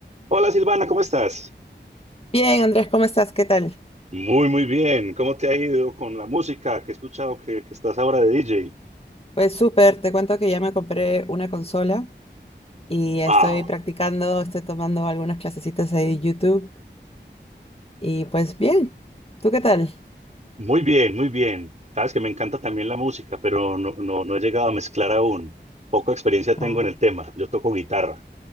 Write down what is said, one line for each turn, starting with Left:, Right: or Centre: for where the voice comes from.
Right: Hola Silvana, ¿cómo estás?
Left: Bien, Andrés, ¿cómo estás? ¿Qué tal?
Right: Muy, muy bien. ¿Cómo te ha ido con la música que he escuchado que, que estás ahora de DJ?
Left: Pues súper, te cuento que ya me compré una consola y estoy
Right: ¡Wow!
Left: practicando, estoy tomando algunas clasecitas ahí de YouTube y pues bien, ¿tú qué tal?
Right: Muy bien, muy bien. Sabes que me encanta también la música, pero no, no, no he llegado a mezclar aún. Poca experiencia
Left: Ah,
Right: tengo en el tema. Yo toco guitarra.